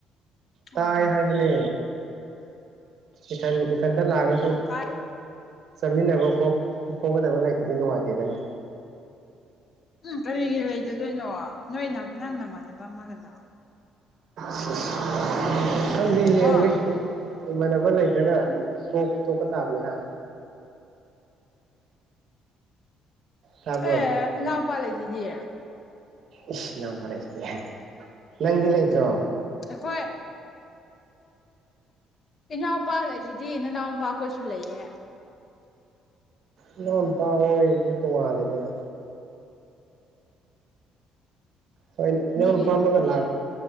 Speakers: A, on the right; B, on the left.
A: ꯇꯥꯏ
B: ꯑꯣ
A: ꯍꯥꯏꯕꯅꯦ ꯏꯊꯟ ꯏꯊꯟꯇ ꯂꯥꯛꯑꯒꯁꯨ
B: ꯑ ꯇꯥꯏꯌꯦ
A: ꯆꯠꯃꯤꯟꯅꯕ ꯈꯣ ꯈꯣꯀꯗꯕ ꯂꯥꯏꯇꯗꯤ ꯅꯨꯡꯉꯥꯏꯇꯦꯗꯅ
B: ꯎꯝ ꯀꯔꯤꯒꯤ ꯂꯩꯗꯗꯣꯏꯅꯣ ꯅꯣꯏꯅ ꯅꯪ ꯅꯃꯥꯟꯅꯕ ꯑꯃꯒ ꯂꯥꯛꯑꯣ
A: ꯁꯤꯁ ꯈꯪꯗꯦ ꯌꯦꯡꯒꯦ
B: ꯀꯣ
A: ꯑꯩ ꯏꯃꯥꯟꯅꯕ ꯂꯩꯇ꯭ꯔꯒ ꯇꯣꯛ ꯇꯣꯛꯄ ꯇꯥꯕꯅꯦ ꯍꯥ ꯇꯥꯕ꯭ꯔꯣ
B: ꯑꯦ ꯏꯅꯥꯎꯄꯥ ꯂꯩꯖꯤꯗꯤ
A: ꯏꯁ ꯏꯅꯥꯎꯄꯥ ꯂꯩꯖꯤꯗꯤ ꯀꯥꯢ ꯅꯪꯗꯤ ꯂꯩꯇ꯭ꯔꯣ
B: ꯑꯩꯈꯣꯏ ꯏꯅꯥꯎꯄꯥ ꯂꯩꯁꯤꯗꯤ ꯅꯅꯥꯎ ꯅꯨꯨꯄꯥꯈꯣꯏꯁꯨ ꯂꯩꯌꯦ
A: ꯏꯅꯥꯎꯅꯨꯄꯥ ꯍꯣꯢꯗꯤ ꯇꯣꯉꯥꯜꯂꯦꯗꯅ ꯍꯣꯏ ꯏꯅꯥꯎ
B: ꯃꯤꯒꯤ
A: ꯅꯨꯄꯥꯝꯃꯒ ꯂꯥꯛ